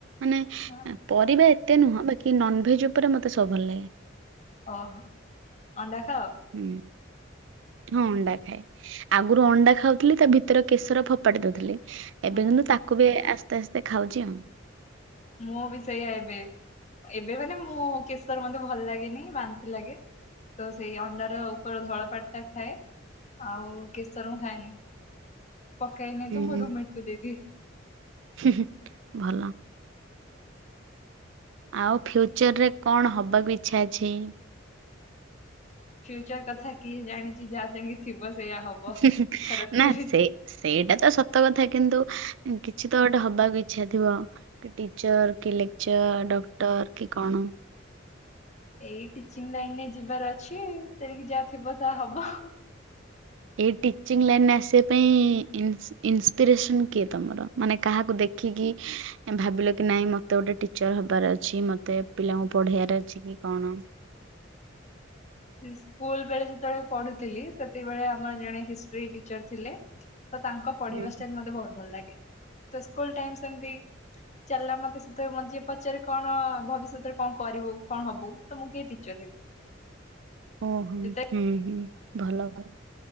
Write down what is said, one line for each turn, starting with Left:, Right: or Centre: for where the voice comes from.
Right: ମାନେ
Left: ହଁ,
Right: ପରିବା ଏତେ ନୁହଁ ବଟ କି ନନ୍ ଭେଜ୍ ଉପରେ ମତେ ସବୁ ଭଲ ଲାଗେ।
Left: ଅହ ଅଣ୍ଡା ଖାଅ?
Right: ହୁଁ। ହଁ ଅଣ୍ଡା ଖାଏ ଆଗୁରୁ ଅଣ୍ଡା ଖାଉଥିଲି ତା ଭିତରେ କେଶର ଫୋପାଡି ଦଉଥିଲି। ଏବେ
Left: ହଁ
Right: କିନ୍ତୁ ତାକୁ ବି ଆସ୍ତେ ଆସ୍ତେ ଖାଉଛି ଆଉ।
Left: ମୁଁ ବି ସେଇଆ ଏବେ ଏବେ ମାନେ ମୁଁ କେଶର ମତେ ଭଲ ଲାଗେନି ବାନ୍ତି ଲାଗେ ତ ସେଇ ଅଣ୍ଡାର ଉପର ଧଳାପାଟ ଟା ଖାଏ। ଆଉ କେଶର ମୁଁ ଖାଏନି ପକେଇନାଇତ
Right: ହୁଁ
Left: ମୋ ରୁମମେଟକୁ ଦେଇଦିଏ।
Right: ହୁଁ ହୁଁ ଭଲ। ଆଉ ଫ୍ୟୁଚର ରେ କଣ ହବାକୁ ଇଛା ଅଛି?
Left: ଫ୍ୟୁଚର କଥା କିଏ ଜାଣିଛି ଯାହା ଯେମିତି ଥିବ ସେଇୟା ହବ
Right: ହୁଁ ହୁଁ
Left: ଇଚ୍ଛା ରଖିଲେ
Right: ନା
Left: ବି
Right: ସେ ସେଇଟା ତ ସତ କଥା କିନ୍ତୁ କିଛି ତ ଗୋଟେ ହବାକୁ ଇଚ୍ଛା ଥିବ। କି ଟିଚର କି ଲେକ୍ଚର ଡକ୍ଟର କି କଣ?
Left: ଏଇ ଟିଚିଂ ଲାଇନ ରେ ଯିବାର ଅଛି ତେଣିକି ଯାହା ଥିବ ତାହା ହବ।
Right: ଏଇ ଟିଚିଂ ଲାଇନ୍ରେ ଆସିବା ପାଇଁ ଇନ୍ସ ଇନ୍ସପିରେସନ୍ କିଏ ତମର ମାନେ କାହାକୁ ଦେଖିକି ଭାବିଲ କି ନାଇଁ ମତେ ଗୋଟେ ଟିଚର ହବାର ଅଛି ମତେ ପିଲାଙ୍କୁ ପଢେଇବାର ଅଛି କି କଣ
Left: ସ୍କୁଲ ବେଳେ ଯେତେବେଳେ ପଢୁଥିଲି ସେତେବେଳେ ଆମର ଜଣେ ହିଷ୍ଟ୍ରି ଟିଚର ଥିଲେ ତ ତାଙ୍କ ପଢିବା
Right: ହୁଁ।
Left: ଷ୍ଟାଇଲ ମତେ ବହୁତ ଭଲ ଲାଗେ ତ ସ୍କୁଲ ଟାଇମ ସେମତି ଚାଲିଲା ମତେ ସେଥିରେ ମତେ ଯିଏ ପଚାରେ କଣ ଭବିଷ୍ୟତରେ କଣ କରିବୁ କଣ ହବୁ ତ ମୁଁ କୁହେ ଟିଚର ହେବି।
Right: ଓହୋ
Left: ଯେତେବେଳେ
Right: ହୁଁ ହୁଁ ଭଲ ଭଲ।